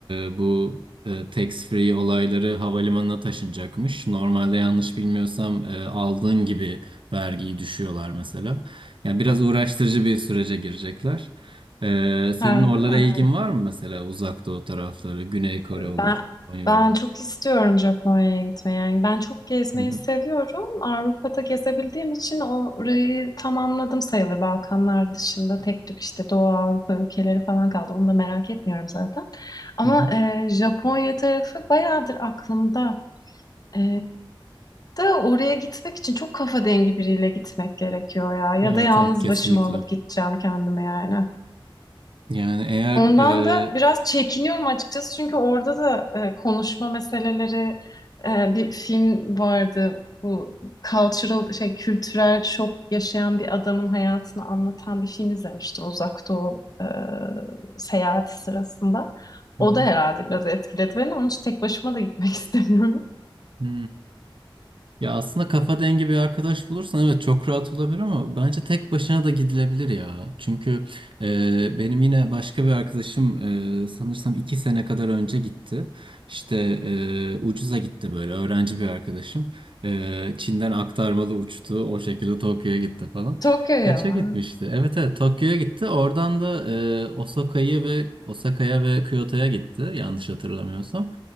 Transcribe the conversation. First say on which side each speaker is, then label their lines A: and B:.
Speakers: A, on the right; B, on the left.
A: e, bu e, tax free olayları havalimanına taşınacakmış. Normalde yanlış bilmiyorsam e, aldığın gibi vergiyi düşüyorlar mesela. Yani biraz uğraştırıcı bir sürece girecekler. Ee, senin
B: Harbi
A: oralara
B: mi?
A: ilgin var mı mesela Uzak Doğu tarafları, Güney Kore
B: Ben
A: olur, Japonya
B: ben
A: olur?
B: çok istiyorum Japonya'ya gitmeyi. Yani ben çok gezmeyi
A: Hı hı,
B: seviyorum. Avrupa'da gezebildiğim için orayı tamamladım sayılır. Balkanlar dışında tek tük işte Doğu Avrupa ülkeleri falan kaldı. Onu da merak etmiyorum zaten. Ama
A: hı hı.
B: e, Japonya tarafı bayağıdır aklımda. E, da oraya gitmek için çok kafa dengi biriyle gitmek gerekiyor ya. Ya
A: Evet
B: da yalnız
A: evet kesinlikle.
B: başıma alıp gideceğim kendime yani.
A: Yani eğer
B: Ondan
A: e,
B: da biraz çekiniyorum açıkçası çünkü orada da e, konuşma meseleleri e, bir film vardı. Bu cultural şey kültürel şok yaşayan bir adamın hayatını anlatan bir film izlemiştim Uzak Doğu e, seyahati sırasında.
A: Hı
B: O da herhalde biraz etkiledi beni. Onun için tek başıma da gitmek <laughs> istemiyorum.
A: hı. Ya aslında kafa dengi bir arkadaş bulursan evet çok rahat olabilir ama bence tek başına da gidilebilir ya. Çünkü e, benim yine başka bir arkadaşım e, sanırsam iki sene kadar önce gitti. İşte e, ucuza gitti böyle öğrenci bir arkadaşım. E, Çin'den aktarmalı uçtu o şekilde Tokyo'ya gitti falan.
B: Tokyo'ya
A: Kaça
B: mı?
A: gitmişti? Evet evet Tokyo'ya gitti. Oradan da e, Osaka'yı ve Osaka'ya ve Kyoto'ya gitti yanlış hatırlamıyorsam.